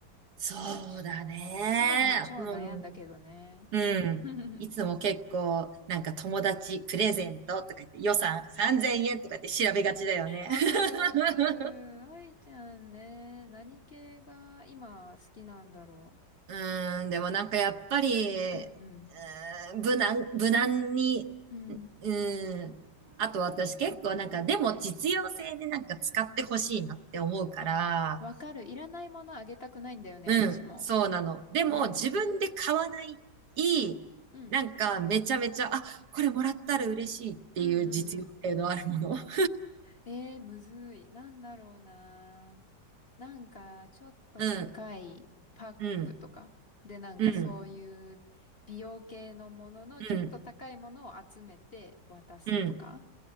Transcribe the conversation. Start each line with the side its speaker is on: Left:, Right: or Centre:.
Right: そうだね。
Left: どうしよう。去年も超悩んだけどね。
Right: もう、うん。
Left: <laughs>
Right: いつも結構、なんか友達プレゼントとか言って予算3000円とか言って調べがちだよね。
Left: わかるわかる。
Right: <laughs>
Left: 愛ちゃんね、何系が今好きなんだろ
Right: うーん、でもなんかやっぱり、う
Left: う。うん
Right: ーん、無難、無難に、
Left: うん。うん。
Right: うーん、あと私結構なんか、でも実用性でなんか使ってほしいなって思うから、
Left: あ、わかる。いらないものあげたくないんだよね、
Right: うん、
Left: 私も。
Right: そうなの。でも自分で買わない、
Left: うん。
Right: いい、
Left: うん。
Right: なんかめちゃめちゃ、あ、これもらったら嬉しいっていう実用性のあるもの。
Left: うんうんうん。
Right: <laughs>
Left: えー、むずい。なんだろうな。なんか、ちょっと高いパックとか。
Right: うん、うん、
Left: で、なんかそういう美容系のもののちょっと高いものを集めて渡すとか。
Right: うん、うん、うん。